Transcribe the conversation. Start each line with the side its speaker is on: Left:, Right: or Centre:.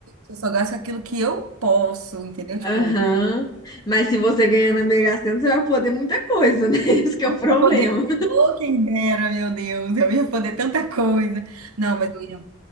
Right: eu só gasto com aquilo que eu posso, entendeu? Tipo.
Left: Aham. Mas se você ganhar na Mega Sena, você vai poder muita coisa, né? <laughs> Esse que é o problema.
Right: Pra poder. Ô, quem dera, meu Deus, eu ia poder tanta coisa. Não, mas eu ia,